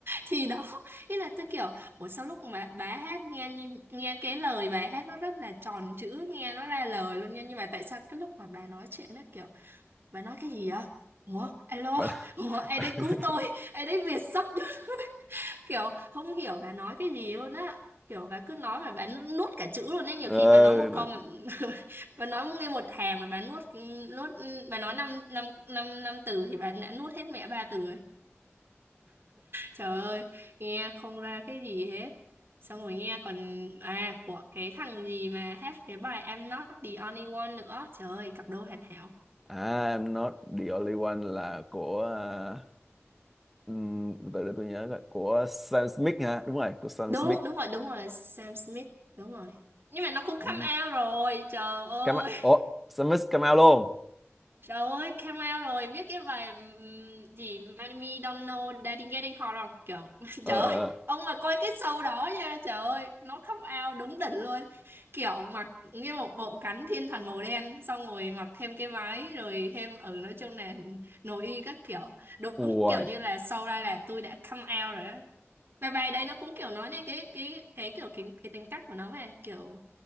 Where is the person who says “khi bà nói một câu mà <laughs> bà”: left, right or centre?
Right